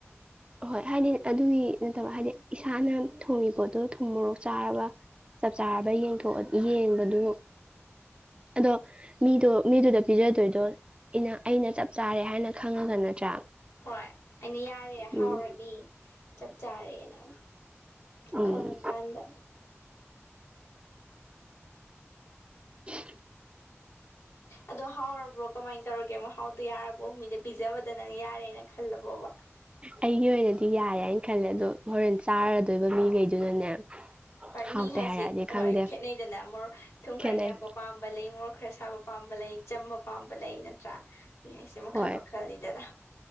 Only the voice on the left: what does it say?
ꯍꯣꯏ ꯑꯩꯅ ꯌꯥꯔꯦ ꯍꯥꯎꯔꯅꯤ
ꯆꯞ ꯆꯥꯔꯦꯅ
ꯈꯪ ꯀꯥꯟꯗ
ꯑꯗꯣ ꯍꯥꯎꯔꯕ꯭ꯔꯣ ꯀꯃꯥꯏꯅ ꯇꯧꯔꯒꯦ ꯃꯍꯥꯎꯗꯣ ꯌꯥꯔꯕꯣ ꯃꯤꯗ ꯄꯤꯖꯕꯗ ꯅꯪ ꯌꯥꯔꯦꯅ ꯈꯜꯂꯕꯣꯕ
ꯍꯣꯏ
ꯃꯤ ꯍꯥꯏꯁꯦ
ꯍꯣꯏ ꯈꯦꯠꯅꯩꯗꯅ ꯃꯣꯔꯣꯛ ꯊꯨꯝ
ꯈꯔ ꯌꯥꯛꯄ ꯄꯥꯝꯕ ꯂꯩ ꯃꯣꯔꯣꯛ ꯈꯔ ꯁꯥꯕ ꯄꯥꯝꯕ ꯂꯩ ꯆꯝꯕ ꯄꯥꯝꯕ ꯂꯩ ꯅꯠꯇ꯭ꯔꯥ ꯃꯤ ꯍꯥꯏꯁꯦ ꯃꯈꯜ
ꯃꯈꯜꯅꯤꯗꯅ